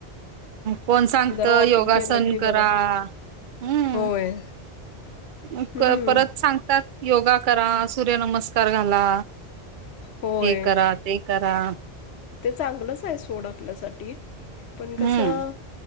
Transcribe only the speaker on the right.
कोण सांगत
योगासन
करा
हम्.
म
क परत सांग तात योगा करा, सूर्यनमस्कार घाला,
हे करा ते करा.
हम्म